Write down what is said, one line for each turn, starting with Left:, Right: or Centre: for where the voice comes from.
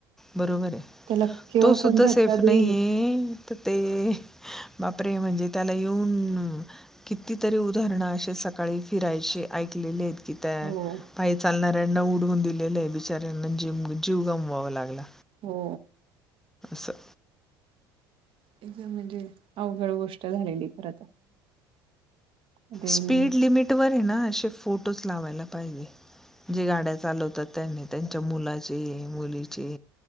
Centre: बरोबर आहे
Right: त्याला केव्हा
Centre: तो सुद्धा
Right: कोण धक्का
Centre: सेफ नाहीये
Right: देईल.
Centre: तर ते बापरे म्हणजे त्याला येऊन कितीतरी उदाहरण अे सकाळी फिरायची ऐकलेले आहेत. कि त्या
Right: हो,
Centre: पाय चालणाऱ्यांना उडवून दिलेलं आहे बिचाऱ्यांना जिम जीव गमवावा लागला.
Right: हो
Centre: सं.
Right: एकदा म्हणजे अवघड गोष्ट झालेली खरं तर. रेन
Centre: स्पीड लिमिटवर ना, असे फोटोच लावायला पाहिजे, जे गाड्या चालवतात. त्यांनी त्यांच्या मुलाचे, मुलीचे,